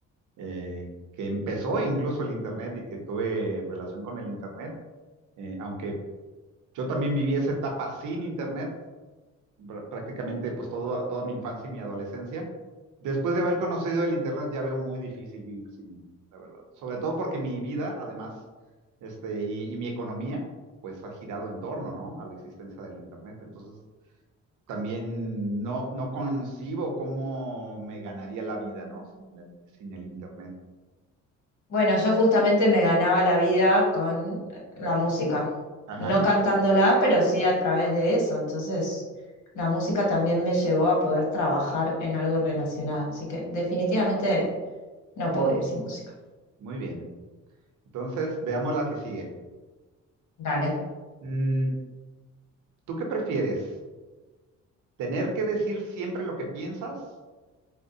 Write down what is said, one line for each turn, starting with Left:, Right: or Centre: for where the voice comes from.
Right: eh, que empezó incluso el internet y que tuve relación con el internet. Eh, aunque yo también viví esa etapa sin internet, pr- prácticamente pues todo, toda mi infancia y mi adolescencia. Después de haber conocido el internet ya veo muy difícil vivir sin él, la verdad. Sobre todo porque mi vida, además, este, y, y mi economía, pues ha girado en torno, ¿no? A la existencia del internet. Entonces, también no, no concibo cómo me ganaría la vida, ¿no? Sin la- sin el internet.
Left: Bueno, yo justamente me ganaba la vida con eh, la música,
Right: Ajá,
Left: no
Right: exacto.
Left: cantándola, pero sí a través de eso. Entonces, la música también me llevó a poder trabajar en algo relacionado. Así que definitivamente no puedo vivir sin música.
Right: Muy bien. Entonces, veamos la que sigue.
Left: Dale.
Right: Mm, ¿tú qué prefieres? ¿Tener que decir siempre lo que piensas